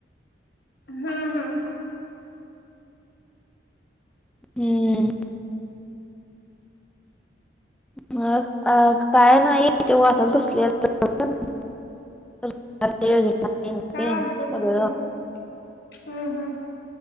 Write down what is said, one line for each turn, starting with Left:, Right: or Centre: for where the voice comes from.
Left: हम्म हम्म.
Centre: हम्म. मग अ काय नाही ते वाचात बसलेल <unintelligible> सरकार योजना <unintelligible>
Left: काय
Centre: हे
Left: वाचत
Centre: सगळं
Left: बसलेलीस हम्म हम्म.